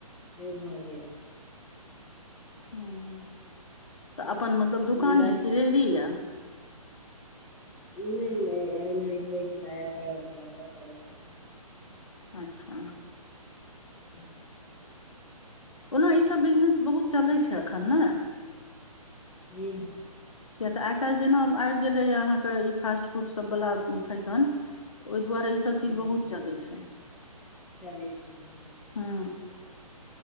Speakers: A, in the centre; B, on the left (about 60°).
A: से भऽ गेल
B: हँ तऽ अपन मतलब दुकान
A: मुदा
B: यऽ कि रेहड़ी यऽ
A: नहि नहि एनाहिते किराया पर लऽ कऽ करै छथिन
B: अच्छा
A: ओहो
B: ओना ई सब बिजनेस बहुत चलै छै एखन ने
A: हुँ हुँ
B: किए तऽ आइ काल्हि जेना आबि गेलैए अहाँके ई फास्ट फूड सभ वला फैशन ओहि दुआरे ई सभ चीज
A: हूँ
B: बहुत चलै छै
A: चलै छै
B: हँ